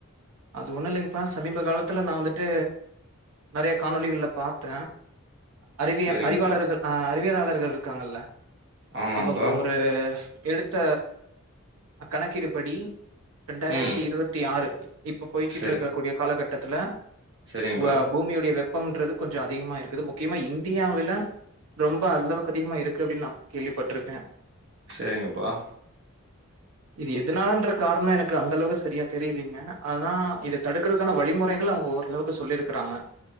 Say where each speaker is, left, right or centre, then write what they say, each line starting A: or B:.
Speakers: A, on the right; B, on the right.
A: அது ஒண்ணுல்லைங்கப்பா சமீப காலத்துல நா வந்துட்டு நறைய காணொலிகள்ல பாத்த அறிவியா
B: சரிங்கப்பா.
A: அறிவாளர்கள் அ அறிவியலாளர்கள் இருக்காங்கல்ல
B: ஆமாங்கப்பா.
A: அவங்க ஒரு எடுத்த கணக்கிடுபடி ரெண்டாயிரத்தி
B: ம்.
A: இருபத்தி ஆறு இப்ப போய்கிட்டு
B: சரி.
A: இருக்க கூடிய காலகட்டத்துல
B: சரிங்கப்பா.
A: வ பூமியுடய வெப் பம்ன்றது கொஞ்சோ அதிகமாருக்குது முக்கியமா இந்தியாவுல ரொம்ப அளவுக்கு அதிகமா இருக்கு அப்டின்னு நா கேள்விப்பட்டிருக்கே
B: செரிங்கப்பா
A: இது எதுனாலன்ற காரணோ எனக்கு அந்த அளவுக்கு சரியா தெரியலீங்க ஆனா இத தடுக்கறதுக்கான வழிமுறைகள் அவுங்க ஓரளவுக்கு சொல்லியிருக்கறாங்க